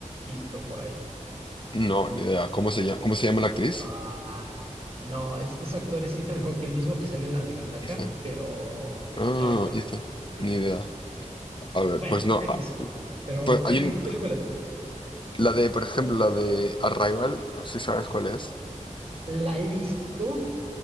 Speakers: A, on the right (about 50°); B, on the left (about 40°).
A: visto por ahí.
B: No, ni idea. ¿Cómo se llama? ¿Cómo se llama la actriz?
A: Ah, no, es, es actor, es Ethan Hawke, el mismo que sale en la de Gattaca,
B: Ethan.
A: pero
B: Ah,
A: no recuerdo
B: Ethan.
A: cómo se
B: Ni
A: llama.
B: idea. A ver,
A: Bueno,
B: pues no.
A: X.
B: ah,
A: Pero,
B: Pues
A: ¿qué,
B: hay un-
A: qué, qué película te gusta?
B: la de, por ejemplo, la de Arrival, no sé si sabes cuál es.
A: La he visto,